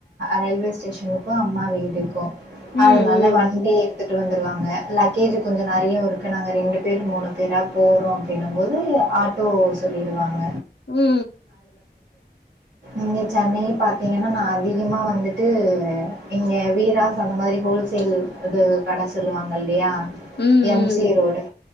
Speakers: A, on the right; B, on the left.
A: ரயில்வே ஸ்டேஷனுக்கு அம்மா வீடுக்கு
B: ம்
A: அதனால வண்டிய த்துட்டு வந்துருவாங்க லக்கேஜ் கொஞ்சோ நிறையா இருக்கு நாங்க ரெண்டு பேர் மூணு பேரா போறோனா அப்டீனும்போது ஆட்டோ சொல்லிருவாங்க
B: உ உ
A: இங்க சென்னை பாத்தீங்கன்னா நா அதிகமா வந்துட்டு இங்க வீராஸ் அந்த மாத்ரி ஹோல்சேல் இது கட சொல்லுவாங்கள் ளயா
B: ம்
A: எம் சி ரோடு